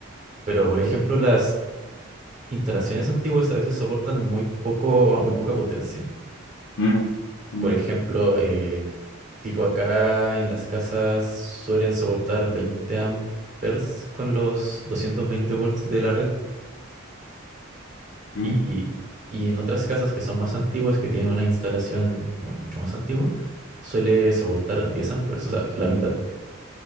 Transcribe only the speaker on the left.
mm, mm,
mm,